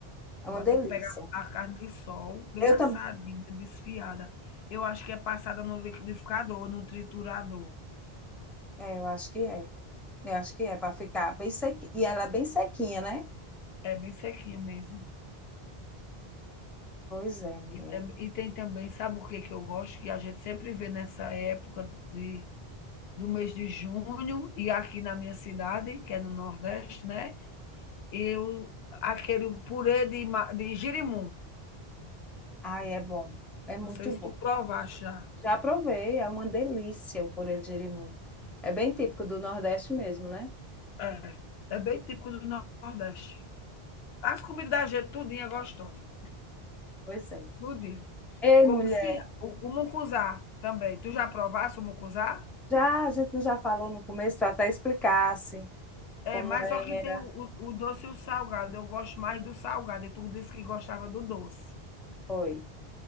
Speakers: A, in the centre; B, on the left (about 75°).
A: É
B: bota
A: uma delícia.
B: pega a carne de sol bem
A: Eu
B: assadinha,
A: também.
B: desfiada. Eu acho que é passada no liquidificador, no triturador.
A: É, eu acho que é. Eu acho que é para ficar bem sequinha. E ela é bem sequinha, né?
B: É bem sequinha mesmo.
A: Pois é, mulher.
B: E tam e tem também, sabe o que que eu gosto? Que a gente sempre vê nessa época de do mês de junho e aqui na minha cidade, que é no Nordeste, né, eu aquele purê de ma de jerimum.
A: Ai, é bom. É muito
B: Não sei se
A: bom.
B: tu provaste já.
A: Já provei, é uma delícia o purê de jerimum. É bem típico do Nordeste mesmo, né?
B: É, é bem típico do Nordeste. As comidas da gente tudinho é gostosa,
A: Pois é.
B: tudinho.
A: Ei,
B: Como
A: mulher,
B: sim, o o mucuzá também. Tu já provaste o mucuzá?
A: já a gente não já falou no começo, tu até explicasse
B: É,
A: como
B: mas
A: era.
B: só que tem o o o doce e o salgado. Eu gosto mais do salgado e tu disse que gostava do doce.
A: Foi.